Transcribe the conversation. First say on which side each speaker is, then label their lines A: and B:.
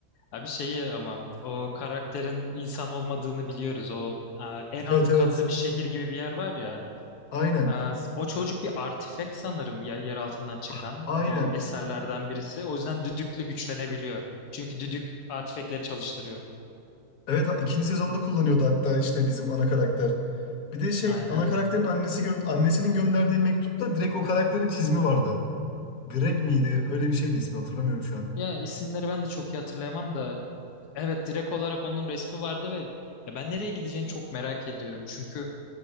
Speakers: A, on the left; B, on the left.
A: Abi şeyi ama o karakterin insan olmadığını biliyoruz. O eee, en
B: Evet
A: alt
B: evet.
A: katta bir şehir gibi bir yer var ya.
B: Aynen.
A: Eee, o çocuk bir artifek sanırım ya, yer altından çıkan
B: Ah, Aynen.
A: o eserlerden birisi. O yüzden düdükle güçlenebiliyor. Çünkü düdük artifekleri çalıştırıyor.
B: Evet ha- ikinci sezonda kullanıyordu hatta işte bizim ana karakter. Bir de şey
A: Aynen.
B: ana karakterin annesi gö- annesinin gönderdiği mektupta direkt o karakterin çizimi vardı. Greg miydi? Öyle bir şeydi ismi hatırlamıyorum şu an.
A: Ya isimleri ben de çok iyi hatırlayamam da evet direkt olarak onun resmi vardı ve ya ben nereye gideceğini çok merak ediyorum. Çünkü